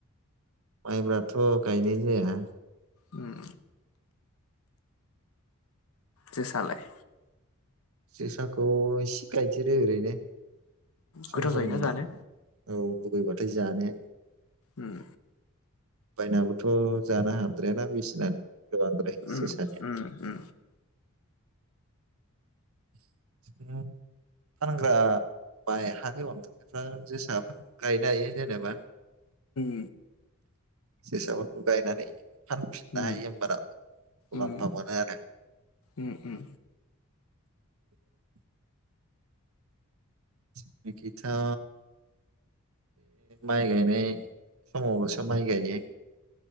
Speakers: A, on the right (about 75°); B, on the left (about 75°).
A: माइब्राथ' गायनाय जाया।
B: उम जोसालाय?
A: जोसाखौ इसे गायदेरो ओरैनो
B: गोथाव
A: सम
B: जायोना
A: सम औ
B: जानो
A: <unintelligible> जानो
B: उम
A: बायनाबोथ' जानो हा द्रायाना बेसेना गोबांद्राय
B: उम
A: जोसानिया।
B: उम उम
A: <unintelligible> फानग्रा बाय हा गोबांफ्रा जोसा गायनो हायो जेनेबा
B: उम
A: जोसाफोरखौ गायनानै फानफिननो
B: उम
A: हायो होनोमबाना मुलाम्फा
B: उम
A: मोनो आरो।
B: उम उम
A: <inaudible> जेंनिखिथ'बे माइ गायनाय समावल'सो माइ गायो।